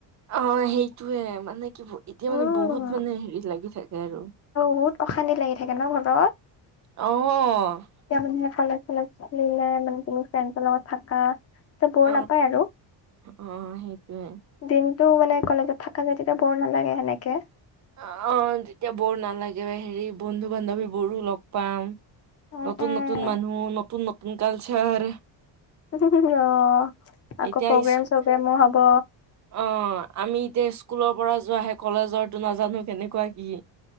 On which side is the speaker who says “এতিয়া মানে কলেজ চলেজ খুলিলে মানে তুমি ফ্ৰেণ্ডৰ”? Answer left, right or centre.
Left